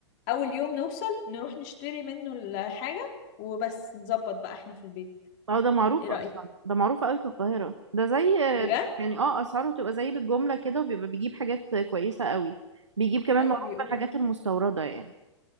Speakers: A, on the left; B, on the right.
A: اول يوم نوصل نروح نشتري منه الحاجة وبس نظبط بقى احنا في البيت
B: اه ده معروف
A: ايه رأيك
B: اصلا ده معروف قوي في القاهره ده زي آه،
A: بجد
B: يعني اه اسعاره تبقى زي بالجمله كده وبيبقى بيجيب حاجات كويسه قوي بيجيب كمان
A: ايوه
B: معروف
A: بيقولوا
B: بالحاجات المستورده يعني